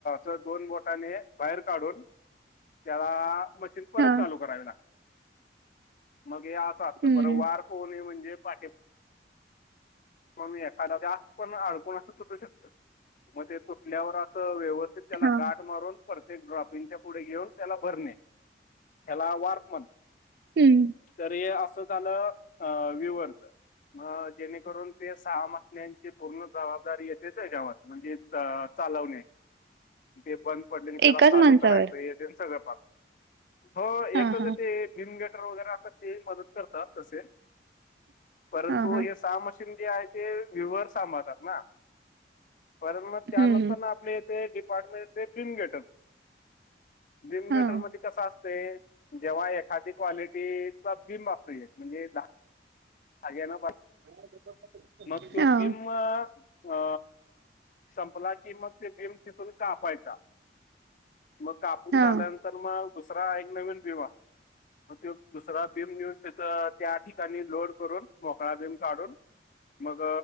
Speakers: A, on the left (about 45°); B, on the right (about 65°).
A: दोन बोटाने बाहेर काढून. त्याला, मशीन परत
B: हां,
A: चालू करावी ना. मग हे असं असतं,
B: हं,
A: बर
B: हं,
A: वार कोणे म्हणजे पाे मण एखादा जास्त पण अडकण अस तुटू शकत मग ते तुटल्यावर असं व्यवस्. त्याला
B: हां,
A: गाठ मारून, परतेक ड्रॉपिंगच्या पुढे घेऊन, त्याला भरणे त्याला वार्त म्हणत?
B: हम्म,
A: तर हे असं आलं व्ह्युअरच जेणेकरून, ते सहा मशीनी आणि ती पूर्ण जबाबदारी येतेेच गावात म्हणजे, चालवने. <inaudible> ते बंद पडलेले त्याला
B: एकाच
A: चालू
B: माणसावर.
A: करायचं. हे ते सगळं प म हो एकच
B: हां, हां,
A: ते गिमगटर वगैरे असतात ते मदत करतात तस, परंतु
B: हां, हां,
A: हे सहा मशीन जे आहे ते विवर सांभाळतात ना. परत मग त्यानंतर
B: हं, हं,
A: आपले ते डिपार्टमेंट बिम गेटन बिम
B: हां,
A: गेटन मध्ये, कसा असत जेव्हा एखादी क्वालिटी चा <unintelligible> म्हणजे दहा अगे ना पा
B: <inaudible>
A: मग तो
B: हां,
A: बिंब अ.. संपला की मग ते बिंब तिथून कापायचा,.. मग कापून
B: हां,
A: झाल्यानंतर मग दुसरा एक नवीन बिंब. मग तो दुसरा बिम नेऊन तिथं. त्या ठिकाणी लोड करून मोकळा बिम काढून मग